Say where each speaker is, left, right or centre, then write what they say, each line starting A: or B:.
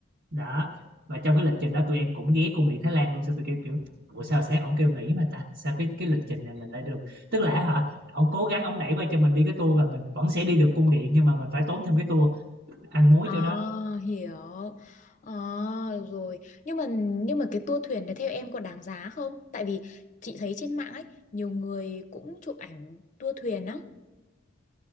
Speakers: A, on the right (about 60°); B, on the left (about 40°).
A: đó và trong cái lịch trình đó tụi em cũng ghé cung điện Thái Lan luôn sao tụi kêu kiểu ủa sao sáng ổng kêu nghỉ mà ta sao cái cái lịch trình này mình lại được tức là hả ổng cố gắng ổng đẩy qua cho mình đi cái tour và mình vẫn sẽ đi được cung điện nhưng mà mình phải tốn thêm cái tour ăn mối
B: À
A: chỗ đó
B: hiểu. À được rồi. Nhưng mà nhưng mà cái tour thuyền đấy theo em có đáng giá không? Tại vì chị thấy trên mạng ấy nhiều người cũng chụp ảnh tour thuyền á.